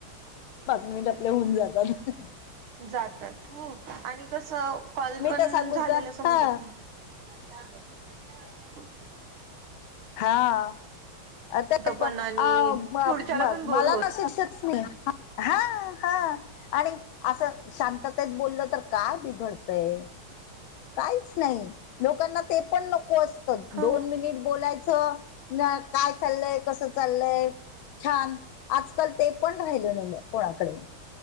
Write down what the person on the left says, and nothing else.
पाच मिनिट आपले होऊन जातात.
मी
तर सांगू
का
हा
हा. आता
आ मग आ
म म
मला
ना शिक्षत म <unintelligible> हा. हा. आणि असं शांततेत बोललं तर काय बिघडतंय? काहीच नाही, लोकांना ते पण नको असतं,
दोन मिनिट बोलायचं. ना काय चाललंय, कसं चाललंय? छान, आजकाल ते पण राहिलं नाहीये कोणाकडे.